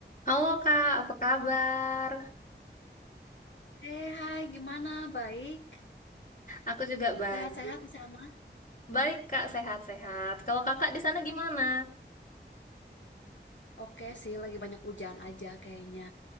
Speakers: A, on the left (about 45°); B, on the left (about 80°).
A: Halo Kak, apa kabar?
B: Eh, hai, gimana? Baik?
A: Aku juga baik.
B: Sehat-sehat di sana?
A: Baik Kak, sehat-sehat. Kalau Kakak di sana gimana?
B: Oke sih, lagi banyak hujan aja kayaknya.